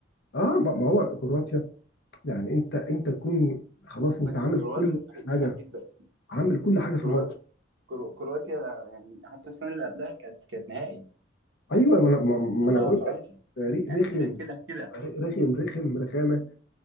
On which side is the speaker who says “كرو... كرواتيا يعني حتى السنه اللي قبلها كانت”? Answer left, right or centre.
Right